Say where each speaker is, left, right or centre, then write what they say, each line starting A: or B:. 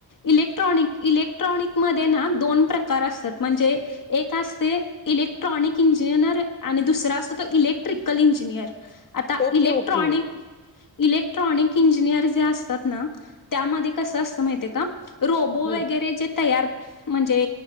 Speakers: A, on the left; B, on the left.
A: इलेक्ट्रॉनिक इलेक्ट्रॉनिक मध्ये ना दोन प्रकार असतात म्हणजे एक असतय इलेक्ट्राॅनिक इंजिनिअर आणि आणि दुसरा असतो तो इलेक्ट्रिकल इंजिनिअर आता
B: okay
A: electronic
B: okay
A: electronic engineer जे असतात ना त्यामध्ये- कस असतं माहितीय का? रोबो
B: हम्म
A: वगैरे जे तयार - म्हणजे